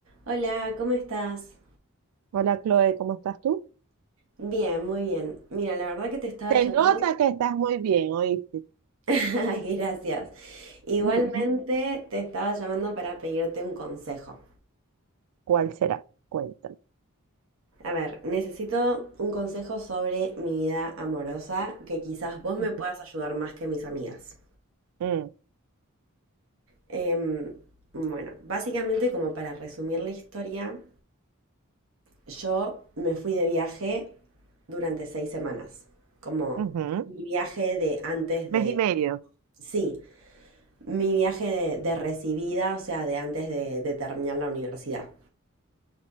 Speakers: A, on the right; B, on the right.
A: Hola, ¿cómo estás?
B: Hola Chloe, ¿cómo estás tú?
A: Bien, muy bien. Mira, la verdad que te estaba
B: Se
A: llamando.
B: nota que estás muy bien, ¿oíste?
A: <laughs> Ay, Gracias. Igualmente
B: <laughs>
A: te estaba llamando para pedirte un consejo.
B: ¿Cuál será? Cuéntame.
A: A ver, necesito un consejo sobre mi vida amorosa que quizás vos me
B: Ujú,
A: puedas ayudar más que mis amigas.
B: mm,
A: Em, bueno, básicamente como para resumir la historia, yo me fui de viaje durante seis semanas, como
B: ujú.
A: mi viaje de antes de...
B: Mes y medio.
A: Sí, mi viaje de, de recibida, o sea, de antes de, de terminar la universidad.